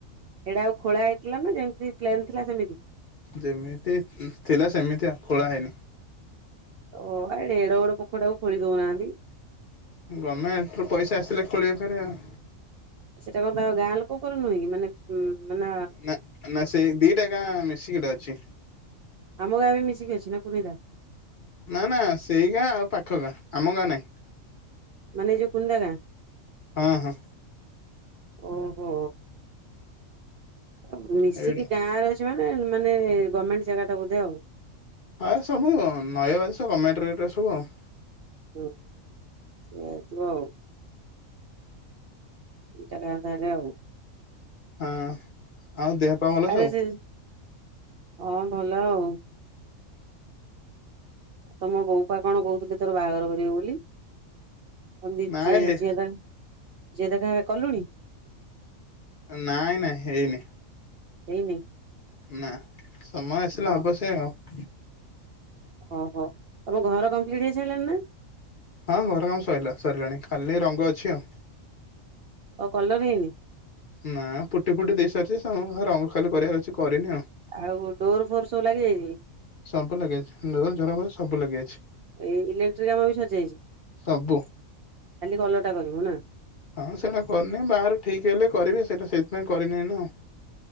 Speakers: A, on the right; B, on the left.
A: ସେଇଟା ଆଉ ଖୋଳା ହେଇଥିଲା ନା ଯେମିତି ପ୍ଲେନ୍ ଥିଲା ସେମିତି।
B: ଯେମିତି ଥିଲା ସେମିତି ଆଉ ଖୋଳା ହେଇନି।
A: ଓ ଏଡ଼େ ବଡ଼ ପୋଖରୀ ଟାକୁ ଖୋଳି ଦଉନାହାନ୍ତି।
B: ଗମେଣ୍ଟ ରୁ ପଇସା ଆସିଲେ ଖୋଳିବେ ଫେରେ ଆଉ।
A: ସେଟା କଣ ତାଙ୍କ ଗାଁ ଲୋକଙ୍କର ନୁହଁ କି ମାନେ ଉଁ ମାନେ
B: ନା ନା ସେଇ ଦିଟା ଗାଁ ମିଶିକି ଏଟା ଅଛି।
A: ଆମ ଗାଁ ବି ମିଶିକି ଅଛି ନା କୁନିଦା।
B: ନା ନା ସେଇ ଗାଁ ଆଉ ପାଖ ଗାଁ ଆମ ଗାଁ ନାହିଁ।
A: ମାନେ ଯୋଉ କୁନିଦା ଗାଁ।
B: ହଁ ହଁ।
A: ଓହୋ। ଆଉ ମିଶିକି
B: ଏଇଠି
A: ଗାଁ ରେ ଅଛି ମାନେ ମାନେ ଗମେଣ୍ଟ ଜାଗା ଟା ବୋଧେ ଆଉ।
B: ହଁ ସବୁ ନଈବାଦ ସବୁ ଗମେଣ୍ଟର ଏଗୁଡା ସବୁ ଆଉ।
A: ହୁଁ ସେଇଆ ହେଇଥିବ ଆଉ। ଦିଟା ଗାଁ ତାହେଲେ ଆଉ।
B: ହଁ। ହଉ ଦେହ ପା ଭଲ।
A: ଆରେ
B: ସବୁ?
A: ସେ ହଁ ଭଲ ଆଉ। ତମ ବୋଉପା କଣ କହୁଥିଲେ ତୋର ବାହାଘର କରିବେ ବୋଲି। ମନ୍ଦୀପ
B: ନାଇଁ
A: ଯେ
B: ହେ
A: ଝିଅ ଦେଖା ଝିଆ ଦେଖା କଲୁଣି।
B: ନାଇଁ ନାଇଁ ହେଇନି।
A: ହେଇନି।
B: ନା ସମୟ ଆସିଲେ
A: ଓ
B: ହବ ସେ ଆଉ।
A: ଓହୋ ତମ ଘର କମ୍ପ୍ଲିଟ୍ ହେଇ ସାରିଲଣି ନା।
B: ହଁ ଘର କାମ ସରିଲା ସରିଲାଣି କାଲି ରଙ୍ଗ ଅଛି ଆଉ।
A: ଆଉ କଲର ହେଇନି?
B: ନା ପୁଟି ଫୁଟି ଦେଇସାରିଚି ରଙ୍ଗ ଖାଲି କରିବାର ଅଛି କରିନି ଆଉ।
A: ଆଉ ଡୋର ଫୋର ସବୁ ଲାଗିଯାଇଚି?
B: ସବୁ ଲାଗି ଯାଇଛି ଡୋର, ଝରକା ସବୁ ଲାଗି ଯାଇଛି।
A: ଏଇ ଇଲେକ୍ଟ୍ରିକ କାମ ବି ସରିଯାଇଛି
B: ସବୁ।
A: ଖାଲି କଲରଟା କରିବୁ ନା?
B: ହଁ ସେଇଟା କରିନି ବାହାର ଠିକ ହେଲେ କରିବି ସେଇଟା ସେଇଥିପାଇଁ କରିନି ଏଇନା ଆଉ।